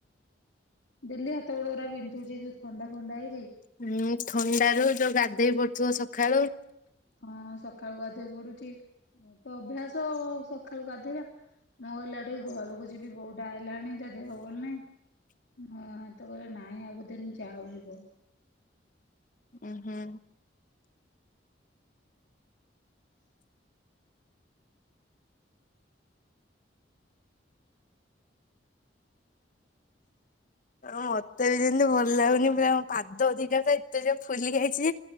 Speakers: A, on the left; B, on the left.
A: ଡେଲି ହାତ ଗୋଡ଼ ଗୁରା ବିନ୍ଧୁଛି ଯୋଉ ଥଣ୍ଡା ଫଣ୍ଡା ହେଇକି
B: ହୁଁ ଥଣ୍ଡାରୁ ଯୋଉ ଗାଧେଇ ପଡୁଥିବ ସକାଳୁ
A: ହଁ ହଁ ସକାଳୁ ଗାଧୋଇ ପଡୁଚି ମୋର ତ ଅଭ୍ୟାସ ସକାଳୁ ଗାଧୋଇବା। ମୁଁ କହିଲି ଆଉ ଟିକେ ଘରକୁ ଯିବି ବୋଉଟା ଆଇଲାନି ତା ଦେହ ଭଲ ନାହିଁ। ହଁ ତ କହିଲ ନାଇଁ ଆଉ କେତେ ଦିନ ଯାଉ ଯିବ।
B: ଓ ହୁଁ। ହଁ ମତେ ବି ଯେମିତି ଭଲ ଲାଗୁନି ପୁରା ମୋ ପାଦ ଦିଟା ତ ଏତେ ଯେ ଫୁଲି ଯାଇଚି ଯେ